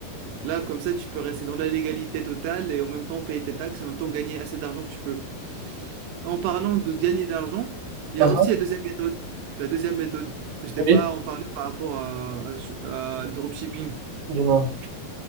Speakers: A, on the right; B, on the right.
A: Là, comme ça, tu peux rester dans la légalité totale et en même temps payer tes taxes, en même temps gagner assez d'argent que tu peux. En parlant de gagner d'argent, il
B: Ah
A: y a aussi
B: ah,
A: la deuxième méthode, la deuxième méthode que je t'ai
B: oui,
A: pas en parlé par rapport à, à- à le dropshipping.
B: dis-moi.